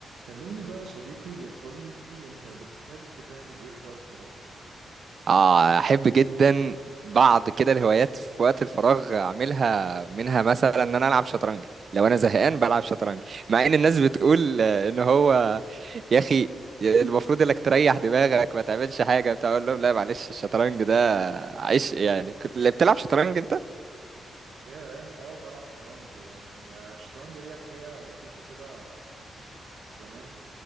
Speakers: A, on the right (about 80°); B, on the right (about 45°).
A: كلمني بقى يا صديقي قول لي انت بتحب تعمل ايه في وقت فراغك
B: اه احب جدا بعض كده الهوايات في وقت الفراغ اعملها منها مثلا ان انا العب شطرنج لو انا زهقان بلعب شطرنج مع ان الناس بتقول آه، ان هو يا اخي المفروض انك تريح دماغك ما تعملش حاجه بتاع اقول لهم لا معلش الشطرنج ده عيش يعني كنت اللي بتلعب شطرنج انت
A: ايه اه بلعب شطرنج يعني آه، الشطرنج ليه حكايه لطيفه كده زمان